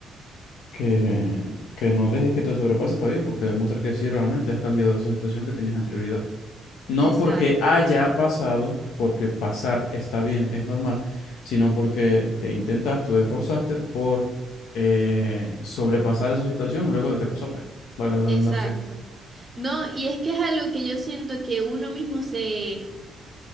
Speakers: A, on the left; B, on the right.
A: que, que no dejes que te sobrepase está bien, porque demuestra que sí realmente has cambiado esa situación que tenías anterioridad. No
B: exacto,
A: porque haya pasado, porque pasar está bien, es normal, sino porque te intentaste, te esforzaste por eh, sobrepasar esa situación luego de que pasó, pues, valga la redundancia.
B: exacto. No, y es que es algo que yo siento que uno mismo se,